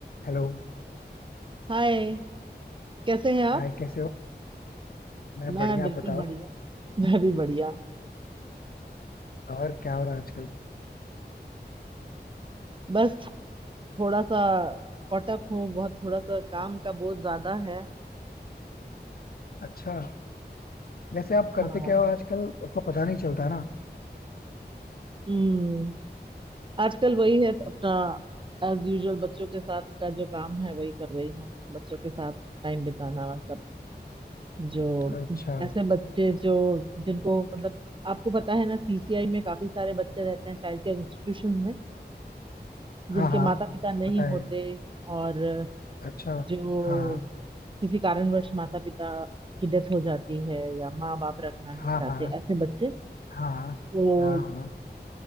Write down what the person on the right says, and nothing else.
हाय कैसे हैं आप
मैं
बिल्कुल
बढ़िया मैं भी बढ़िया
बस थोड़ा सा कॉट अप हूँ बहुत थोड़ा सा काम का बहुत ज्यादा है
हाँ
हम्म आजकल वही है अपना एज यूजुअल बच्चों के साथ का जो काम है वही कर रही हूँ बच्चों के साथ टाइम बिताना मतलब जो
ऐसे बच्चे जो जिनको मतलब आपको पता है ना सीसीआई में काफी सारे बच्चे रहते हैं चाइल्ड केयर इंस्टीट्यूशन में
जिनके
माता पिता नहीं
होते
और
जो
किसी कारणवश माता पिता की डेथ हो जाती है या माँ बाप रखना नहीं
चाहते
ऐसे बच्चे
तो